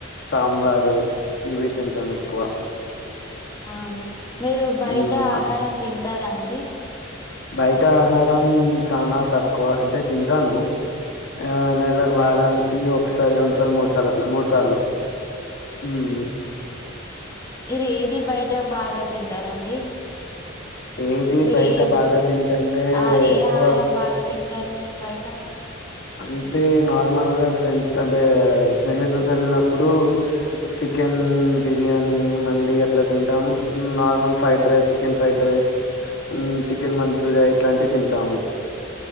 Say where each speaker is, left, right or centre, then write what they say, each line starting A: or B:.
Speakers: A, on the left; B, on the left.
A: సాంబారు ఇవే తింటాం ఎక్కువ
B: అవునా మీరు బయట
A: మ్మ్ అవ్
B: ఆహారం తింటారా అండి
A: బయట ఆహారం చానా తక్కువ అంటే తింటాను ఆ నెల వారానికి ఒకసారి రెండుసార్లు మూడు సార్లు అట్లా మూడు సార్లు హ్మ్
B: మీరు ఏది బయట బాగా తింటారండి
A: ఏది
B: మీరు
A: బయట
B: ఏ
A: బాగా తింటుంటే
B: ఆ ఏ
A: ఎక్కువ
B: ఆహారం బాగా తింటారు మీరు బయట
A: అంటే నార్మల్ గా ఫ్రెండ్స్ అంటే స్నేహితులతో వెళ్లినప్పుడు చికెన్ బిర్యానీ మండీ అట్లా తింటాము normal fried rice chicken fried rice chicken Manchuria ఇట్లాంటివి తింటాము